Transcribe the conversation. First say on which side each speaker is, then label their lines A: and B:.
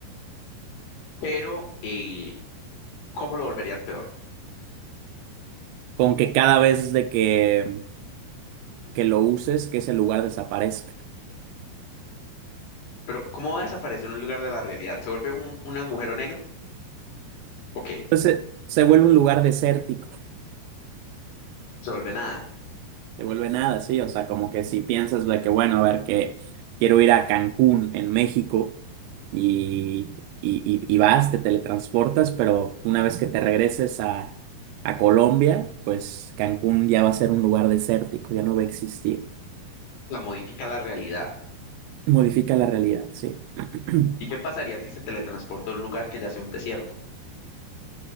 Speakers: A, on the left; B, on the right.
A: pero eh, ¿cómo lo volverías peor?
B: Con que cada vez de que, que lo uses, que ese lugar desaparezca.
A: Pero ¿cómo va a desaparecer un lugar de la realidad? ¿Se vuelve un, un agujero negro? ¿O qué?
B: Entonces se, se vuelve un lugar desértico
A: ¿Se vuelve nada?
B: Te vuelve nada, sí. O sea, como que si piensas de que, bueno, a ver, que quiero ir a Cancún, en México, y, y, y- y vas, te teletransportas, pero una vez que te regreses a, a Colombia, pues Cancún ya va a ser un lugar desértico, ya no va a existir.
A: La modifica la realidad.
B: Modifica la realidad, sí. <clears throat>
A: ¿Y qué pasaría si se teletransporta a un lugar que ya sea un desierto?